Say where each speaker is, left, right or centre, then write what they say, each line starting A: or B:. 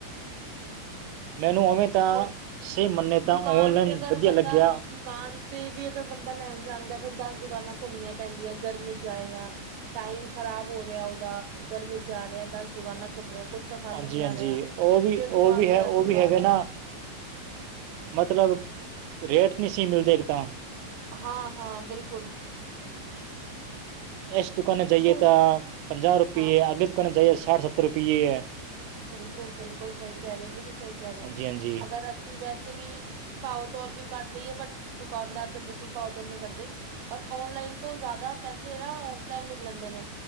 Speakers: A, on the right; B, on the right.
A: ਮੈਨੂੰ ਉਵੇਂ ਤਾਂ
B: ਔਰ
A: ਸਹੀ ਮੰਨੇ ਤਾਂ
B: ਦੁਕਾਨ
A: ਔਨਲਾਈਨ
B: ਤੇ ਅਗਰ
A: ਵਧੀਆ
B: ਬੰਦਾ
A: ਲੱਗਿਆ ਹੈ।
B: ਦੁਕਾਨ ਤੇ ਵੀ ਅਗਰ ਬੰਦਾ ਲੈਣ ਜਾਂਦਾ ਹੈ। ਫਿਰ ਦਸ ਦੁਕਾਨਾਂ ਘੁੰਮਣੀਆਂ ਪੈਂਦੀਆਂ ਗਰਮੀ ਵਿੱਚ ਜਾਏਗਾ। ਟਾਈਮ ਖ਼ਰਾਬ ਹੋ ਰਿਹਾ ਹੈ। ਉਹਦਾ ਗਰਮੀ ਜਾ ਰਿਹਾ ਹੈ। ਦਸ ਦੁਕਾਨਾਂ ਘੁੰਮ ਰਿਹਾ ਹੈ। ਕੁਛ ਪਸੰਦ
A: ਹਾਂਜੀ
B: ਨਹੀਂ ਆ
A: ਹਾਂਜੀ
B: ਰਿਹਾ ਹੈ।
A: ਉਹ ਵੀ
B: ਫੇਰ ਦੁਕਾਨ
A: ਉਹ ਵੀ
B: ਤੋਂ
A: ਹੈ
B: ਵੈਸੀ
A: ਉਹ ਵੀ
B: ਬਾਹਰ
A: ਹੈਗਾ
B: ਆਓ।
A: ਨਾ ਮਤਲਬ, ਰੇਟ ਨਹੀਂ ਸਹੀ ਮਿਲਦੇ ਇੱਕ ਤਾਂ।
B: ਹਾਂ- ਹਾਂ ਬਿਲਕੁਲ।
A: ਇਸ ਦੁਕਾਨੇ 'ਚ ਜਾਈਏ।
B: ਦੋ
A: ਤਾਂ ਪੰਜਾਹ ਰੁਪਏ
B: ਹਾਂ
A: ਆ। ਅਗਰ ਦੁਕਾਨੇ ਜਾਈਏ ਸਾਠ, ਸੱਤਰ ਰੁਪਏ ਆ।
B: ਬਿਲਕੁਲ -ਬਿਲਕੁਲ ਸਹੀ ਕਹਿ ਰਹੇ। ਬਿਲਕੁਲ ਸਹੀ ਕਹਿ ਰਹੇ
A: ਹਾਂਜੀ
B: ਹੋ।
A: ਹਾਂਜੀ
B: ਅਗਰ ਵੈਸੇ ਵੀ ਪਾਓ ਤੋਲ ਵੀ ਕਰ ਲਈਏ ਬਟ ਦੁਕਾਨਦਾਰ ਤਾਂ ਬਿਲਕੁਲ ਪਾਓ ਤੋਲ ਨੀ ਕਰਦੇ। ਪਰ ਆਨਲਾਈਨ ਤੋਂ ਜ਼ਿਆਦਾ ਪੈਸੇ ਨਾ ਆਫਲਾਈਨ ਵੀ ਲੈਂਦੇ ਨੇ।